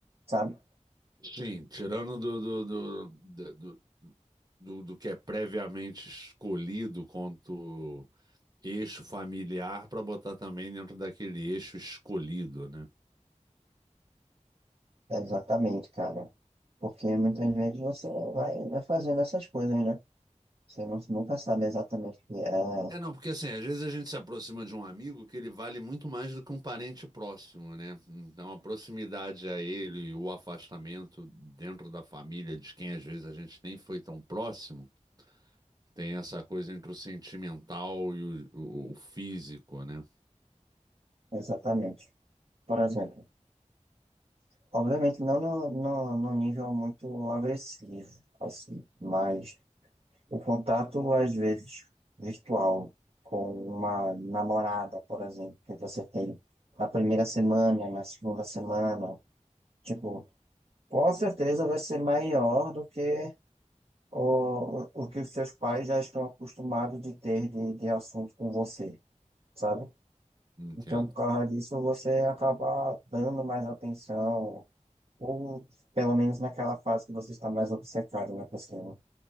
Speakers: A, on the right (about 50°); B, on the right (about 30°).
A: sabe?
B: Sim, tirando do, do, do, do, do, do- do que é previamente escolhido quanto eixo familiar para botar também dentro daquele eixo escolhido, né?
A: Exatamente, cara. Porque muitas vezes você vai, vai fazendo essas coisas, né? Você não, nunca sabe exatamente o que é.
B: É, não, porque assim, às vezes a gente se aproxima de um amigo que ele vale muito mais do que um parente próximo, né? Então a proximidade a ele e o afastamento dentro da família de quem às vezes a gente nem foi tão próximo, tem essa coisa entre o sentimental e o, o- o físico, né?
A: Exatamente. Por exemplo, obviamente não no, no, no nível muito agressivo, assim, mas o contato, às vezes, virtual com uma namorada, por exemplo, que você tem na primeira semana, na segunda semana, tipo, Com certeza vai ser maior do que o, o que os seus pais já estão acostumados de ter de, de assunto com você, sabe?
B: Entendo.
A: Então, por causa disso, você acaba dando mais atenção, ou pelo menos naquela fase que você está mais obcecado na pessoa.